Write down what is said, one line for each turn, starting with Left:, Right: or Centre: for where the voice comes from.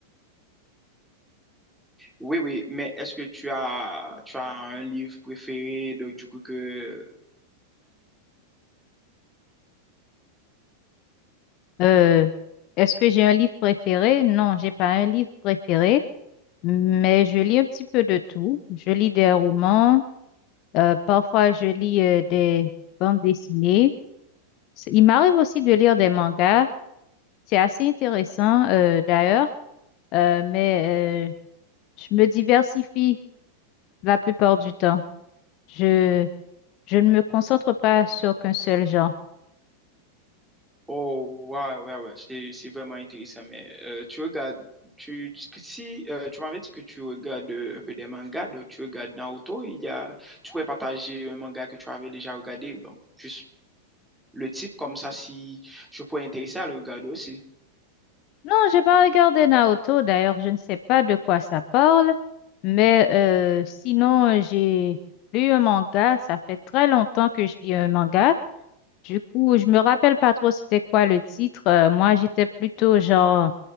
Centre: Oui, oui, mais est-ce que tu as, tu as un livre préféré de, du coup que...
Left: Euh, est-ce que j'ai un livre préféré? Non, j'ai pas un livre préféré. Mais je lis un petit peu de tout. Je lis des romans, euh, parfois je lis euh, des bandes dessinées. C- Il m'arrive aussi de lire des mangas. C'est assez intéressant euh, d'ailleurs, euh, mais euh, je me diversifie la plupart du temps. Je, je ne me concentre pas sur qu'un seul genre.
Centre: Oh, ouais, ouais, ouais, c'est, c'est vraiment intéressant, mais euh, tu regardes, tu, tu- que si euh, tu m'avais dit que tu regardes euh, un peu des mangas, donc tu regardes Naruto, il y a, tu pourrais partager un manga que tu avais déjà regardé, donc juste le titre, comme ça, si je pourrais intéresser à le regarder aussi.
Left: Non, j'ai pas regardé Naruto d'ailleurs, je ne sais pas de quoi ça parle, mais euh, sinon j'ai lu un manga. Ça fait très longtemps que je lis un manga. Du coup, je me rappelle pas trop c'était quoi le titre. Euh, moi, j'étais plutôt genre